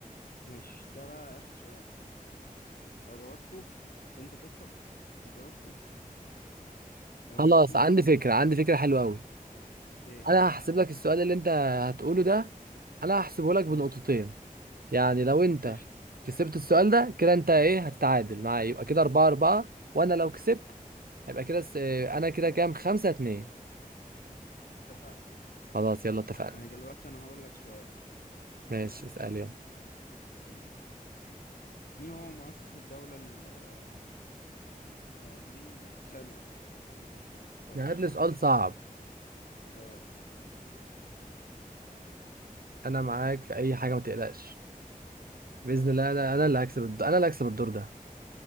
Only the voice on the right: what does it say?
خلاص
عندي
فكرة عندي فكرة حلوة أوي
أنا هحسب لك السؤال اللي أنت هتقوله ده أنا هحسبه لك بنقطتين
يعني لو أنت
كسبت السؤال ده كده أنت إيه هتتعادل معايا يبقى كده أربعة أربعة وأنا لو كسبت هيبقى كده س- أنا كده كام خمسة اتنين
خلاص يلا اتفقنا
ماشي اسأل يلا
هات لي
سؤال صعب
انا معاك في اي حاجه ما تقلقش باذن
الله انا انا اللي هكسب الد- انا اللي هكسب الدور ده